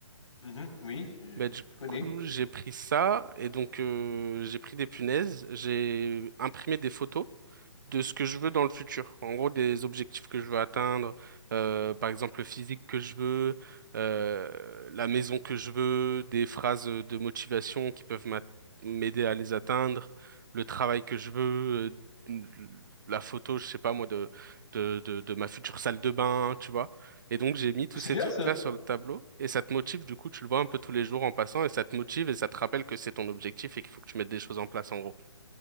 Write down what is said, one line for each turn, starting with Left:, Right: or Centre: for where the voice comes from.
Left: Mhm, oui, euh,
Right: Bah, du
Left: je connais.
Right: coup, j'ai pris ça et donc euh, j'ai pris des punaises, j'ai imprimé des photos de ce que je veux dans le futur. En gros, des objectifs que je veux atteindre, euh, par exemple le physique que je veux, euh, la maison que je veux, des phrases de motivation qui peuvent m'a- m'aider à les atteindre, le travail que je veux, euh, la photo, je sais pas moi, de, de, de, de ma future salle de bain, tu vois. Et donc j'ai mis tous
Left: C'est
Right: ces
Left: bien
Right: trucs-là
Left: ça.
Right: sur le tableau et ça te motive, du coup, tu le vois un peu tous les jours en passant et ça te motive et ça te rappelle que c'est ton objectif et qu'il faut que tu mettes des choses en place en gros.